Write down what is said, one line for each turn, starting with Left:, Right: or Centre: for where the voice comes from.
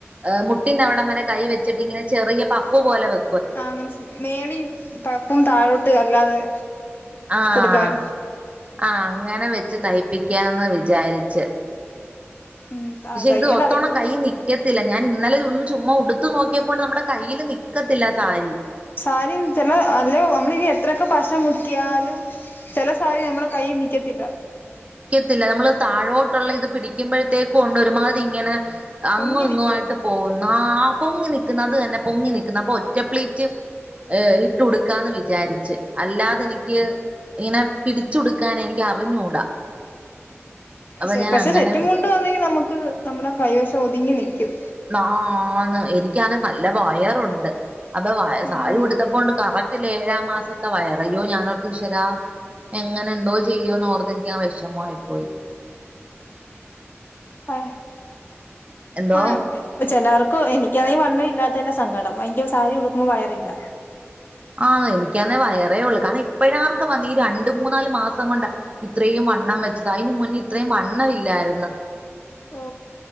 Right: അ മുട്ടിന്റവിടം വരെ കൈ വെച്ചിട്ടിങ്ങനെ ചെറിയ പ ഫ് പോലെ വെ
Left: ആ മനസി മേളി പപ്പും താഴോട്ട് അല്ലാതെ
Right: ആഹ്
Left: കൊടുക്കാൻ
Right: ആഹ് അങ്ങനെ വെച്ച് തയ്പ്പിക്കാം ന്ന് വിചാരിച്ച്
Left: ഉം
Right: ഷെ
Left: തയ്യലറിയാം
Right: ഇത് ഒത്തോണം കൈ നിക്കത്തില്ല ഞാൻ ഇന്നലെ ഒന്ന് ചുമ്മ ഉടുത്തു നോക്കിയപ്പോണ്ട് നമ്മുടെ കൈയില് നിക്കത്തില്ല സാരി
Left: സാരിം ചെല അല്ലൊ അമ്മളിനി എത്രയൊക്കെ പശ മുക്കിയാലും ചെല സാരി നമ്മടെ കൈയി നിക്കത്തില്ല
Right: ത്തില്ല നമ്മള് താഴോട്ട്ള്ള ഇത് പിടിക്കിംമ്പഴ് ത്തേക്കോണ്ട് ഒരുമാതി ഇങ്ങനെ അങ്ങും
Left: പൊങ്ങി
Right: ഇങ്ങുവായിട്ട്
Left: നിക്കും
Right: പോകുന്നു ആഹ് പൊങ്ങി നിക്കുന്നു അത് തന്നെ പൊങ്ങി നിക്ക്ന്ന് അത് തന്നെ പൊങ്ങി നിക്ക് ന്ന് അപ്പൊ ഒറ്റ പ്ലേറ്റ് ഇട്ട് ഉടുക്കാന്ന് വിചാരിച്ച് അല്ലാതെനിക്ക് ഇങ്ങനെ പിടിച്ചുടുക്കാൻ എനിക്ക് അറിഞ്ഞൂടാ അപ്പൊ
Left: സെ
Right: ഞാൻ
Left: പക്ഷെ
Right: അങ്ങനെ
Left: സെറ്റും മുണ്ട് ആന്നെങ്കി നമുക്ക് ക്ക് നമ്മുടെ പഴേശോതുങ്ങി നിക്കും
Right: ആ ആന്ന് എനിക്കാണെ നല്ല നല്ല വയറുണ്ട് അതോ വയ
Left: ഉം
Right: സാരി കൊടുത്തപ്പോ കാണാൻ ഏഴാം മാസ വയറ അയ്യോ ഞാനോർത്തു ഈശ്വരാ എങ്ങനെ എന്തോ ചെയ്യോന്ന് ഓർത്ത് എനിക്കങ്ങ് വിഷമംആയിപ്പോയി
Left: ആ
Right: എന്തോ
Left: ആ ചെല്ലവർ എനിക്ക് എനിക്കാണെങ്കിൽ വണ്ണം ഇല്ലാത്തതിന്റെ സങ്കടം എനിക്ക് സാരി ഉടുക്കുമ്പോ വയറില്ല
Right: ആന്നോ എനിക്കാണെങ്കിൽ വയറേ ഉള്ളു കണ ഇപ്പോഴാർക്ക് വന്ന ഈ രണ്ട് മൂന്നാല് മാസം കൊണ്ട് ഇത്രയും വണ്ണം വെച്ചത് അതിന് മുന്നേ ഇത്രയും വണ്ണമല്ലായിരുന്നു
Left: ആ